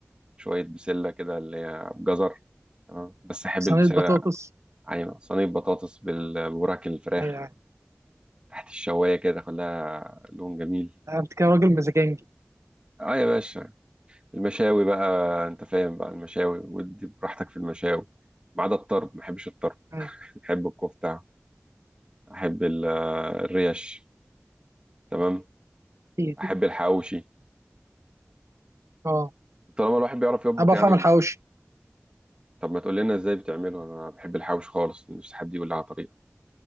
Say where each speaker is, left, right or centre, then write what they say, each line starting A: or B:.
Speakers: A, on the right; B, on the right.
A: شوية بسلة كده اللي هي بجزر تمام بس أحب
B: صينيه
A: البسلة
B: بطاطس
A: أيوة صينية بطاطس بال- بوراك الفراخ
B: ايوه
A: تحت الشواية كده كلها لون جميل
B: انت كده راجل مزاجنجي
A: اه يا باشا المشاوي بقى انت فاهم بقى المشاوي ودي براحتك في المشاوي ما عدا الطرب ما بحبش الطرب
B: أيوة.
A: <laughs> بحب الكفتة احب ال- الريش تمام
B: كتير
A: احب الحواوشي
B: اه
A: طالما الواحد بيعرف يطبخ
B: انا بعرف
A: يعني
B: اعمل حواوشي
A: طب ما تقول لنا ازاي بتعمله انا بحب الحواوشي خالص نفسي حد يقول لي على طريقه